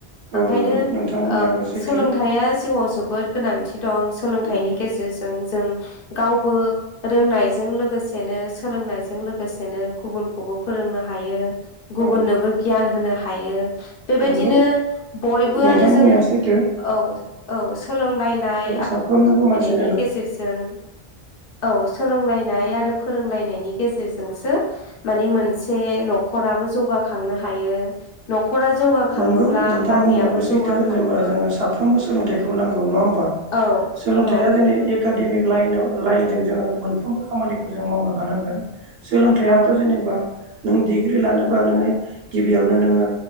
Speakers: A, on the right; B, on the left.
A: औ
B: ओंखायनो
A: नंगौ नोंथां बुंनायाबो
B: ओ
A: सैथो
B: सोलोंथाइया जिउआव जोबोद गोनांथि दं, सोलोंथा
A: औ
B: इ जों गावबो रोंनायजों लोगोसेनो सोलोंनायजों लोगोसेनो गु बुन। गुबुनखौबो फोरोंनो हायो, गुबुननोबो
A: औ
B: गियान होनो हायो। बेबायदिनो
A: नंगौ
B: बयबो
A: नोंथां
B: आरो जों
A: बुंनाया सैथो
B: औ औ सोलोंलायनाय।
A: साफ्रोमनिबो मानसि।
B: नि गेजेरजों औ सोलोंलायनाय आरो। फोरोंलायनायनि गेजेरजोंसो मानि मोनसे न'खराबो जौगाखांनो हायो। न'ख खरा जौगाखाङोब्ला
A: नंगौ नोंथां
B: गामियाबो
A: बुंनायाबो सैथो
B: जौगाखाङो।
A: जेनेबा जोङो साफ्रोमबो सोलोंथाइखौ नांगौ नङा होमबा?
B: औ
A: सोलोंथाइया
B: औ।
A: जोंनि एकाडेमिक लाइनाव लाइनजों जोङो मोनफ्रोमबो खामानिखौ जों मावनो हानांगोन, सोलोंथाइयाथ'
B: औ
A: जेनेबा नों डिग्रि लानोबा नोङो गिबियावनो नोङो।